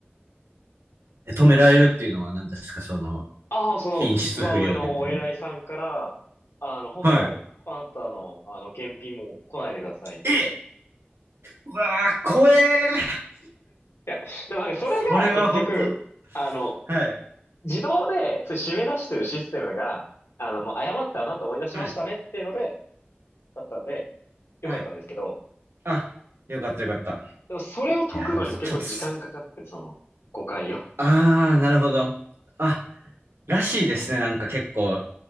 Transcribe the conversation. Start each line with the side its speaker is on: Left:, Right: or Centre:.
Right: え、止められるっていうのは何ですかその、
Left: ああ、その一番上のお偉いさんから、
Right: 品質不良でみたいな。
Left: あの、本当にもう、
Right: はい。
Left: あなたの、あの、検品もう来ないでくださいって言われて。
Right: え、うわー、怖えー。
Left: いや、でもなんかそれが結局、
Right: それは本当、
Left: あの、
Right: はい、
Left: うん自動で、それ締め出してるシステムが、あの、もう誤ってあなたを追い出しましたねっていうので、
Right: はい、
Left: だったんで、よかったんですけど、
Right: はい。あ、よかったよかった。い
Left: でもそれを解くのにも結構時間かかって、
Right: や、でもちょっと、
Left: その誤解を。
Right: あー、なるほど。あ、らしいですね。なんか結構、